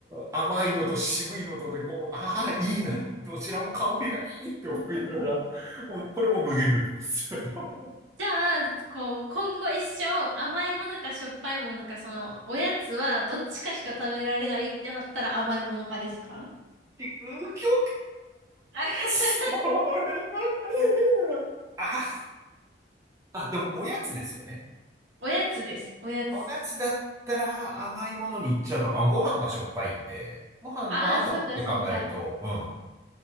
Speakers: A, on the right (about 15°); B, on the right (about 85°).
A: 甘いのと渋いのとで、こう、ああ、いいな、どちらも香りがいいって思いながら、もうこれも無限ループです。<laughs>
B: じゃあ、こう、今後一生、甘いものかしょっぱいものか、その、おやつは、どっちかしか食べられないってなったら甘いもの派ですか
A: 究極
B: <laughs>
A: それはあ、あ、でもおやつですよね。
B: おやつです。おやつ。
A: おやつだったら甘いものに行っちゃうかも。あご飯がしょっぱいんで、ご飯の後って考えると、
B: ああ、そうか、そうか。
A: うん。